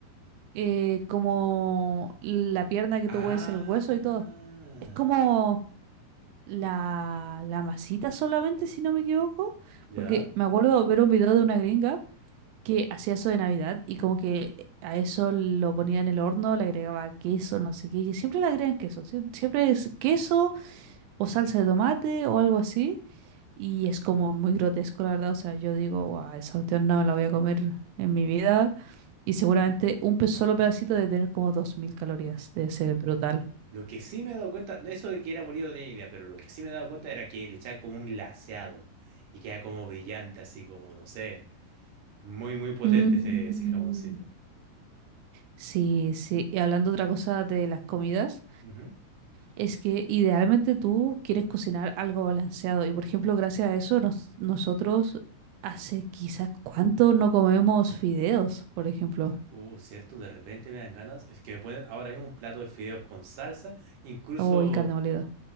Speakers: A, on the right (about 90°); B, on the right (about 70°).
A: eh, como la pierna que
B: Ah,
A: tú hueves el hueso y todo. Es como... la, la masita solamente, si no me equivoco,
B: ya.
A: porque me acuerdo ver un video de una gringa que hacía eso de Navidad y como que a eso lo ponía en el horno, le agregaba queso, no sé qué, y siempre le agregan queso, sie- siempre es queso o salsa de tomate o algo así, y es como muy grotesco, la verdad, o sea, yo digo, guau, esa cuestión no me la voy a comer en mi vida, y seguramente un pe- solo pedacito de tener como 2.000 calorías, debe ser brutal.
B: Lo que sí me he dado cuenta, no, eso de que era molido no tenía idea, pero lo que sí me he dado cuenta era que le echaban como un glaseado y queda como brillante, así como, no sé, muy, muy potente
A: Mm,
B: ese, ese jamoncito.
A: Sí, sí. Y hablando otra cosa de las comidas,
B: Ujú.
A: es que idealmente tú quieres cocinar algo balanceado. Y por ejemplo, gracias a eso, nos- nosotros hace quizás cuánto no comemos fideos, por ejemplo.
B: Uh, cierto, de repente me dan ganas, es que me ponen ahora mismo un plato de fideos con salsa, incluso
A: O y carne molida.